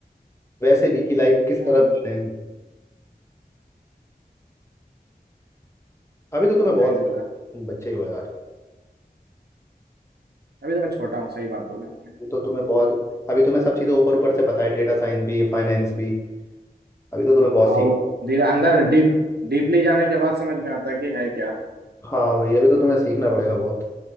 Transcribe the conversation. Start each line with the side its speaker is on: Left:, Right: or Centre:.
Left: वैसे भी कि लाइक किस
Right: हम्म
Left: तरफ जाना है अभी तो तुम्हें बहुत
Right: सही बोला
Left: तुम बच्चे हो यार
Right: अभी तो मैं छोटा हूँ सही बात बोला आपने
Left: अभी तो तुम्हें बहुत अभी तुम्हें सब चीज़ें ऊपर ऊपर से पता है डेटा साइंस भी फाइनेंस भी अभी तो तुम्हें बहुत
Right: हाँ
Left: सीख
Right: वो धीरे अंदर डीप डीपली जाने के बाद समझ में आता है कि है क्या
Left: हाँ भाई अभी तो तुम्हें सीखना पड़ेगा बहुत